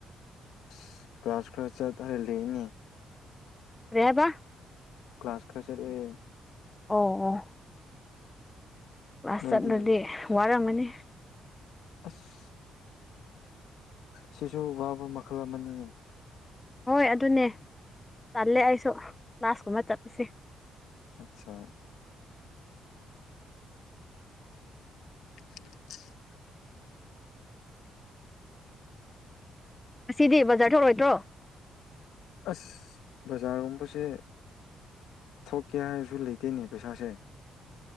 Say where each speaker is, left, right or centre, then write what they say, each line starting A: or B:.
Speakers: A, on the left (about 80°); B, on the left (about 15°).
A: ꯑꯁ ꯀ꯭ꯂꯥꯁ ꯈꯔ ꯆꯠ ꯍꯠꯂꯛꯏꯅꯦ
B: ꯀꯔꯤ ꯍꯥꯏꯕ
A: ꯀ꯭ꯂꯥꯁ ꯈꯔ ꯆꯠꯂꯦ
B: ꯑꯣ ꯑꯣ ꯋꯥꯆꯠꯂꯗꯤ
A: ꯅꯣꯏꯗꯤ
B: ꯋꯥꯔꯝꯒꯅꯤ
A: ꯑꯁ ꯁꯤꯁꯨ ꯋꯥꯕ ꯃꯈꯜ ꯑꯃꯅꯤ
B: ꯍꯣꯏ ꯑꯗꯨꯅꯦ ꯆꯜꯂꯦ ꯑꯩꯁꯨ ꯀ꯭ꯂꯥꯁꯀꯨꯝꯕ ꯆꯠꯂꯁꯤ
A: ꯑꯆꯥ <unintelligible>
B: ꯉꯁꯤꯗꯤ ꯕꯖꯥꯔ ꯊꯣꯛꯔꯣꯏꯗ꯭ꯔꯣ
A: ꯑꯁ ꯕꯖꯥꯔꯒꯨꯝꯕꯁꯦ ꯊꯣꯛꯀꯦ ꯍꯥꯏꯔꯁꯨ ꯂꯩꯇꯦꯅꯦ ꯄꯩꯁꯥꯁꯦ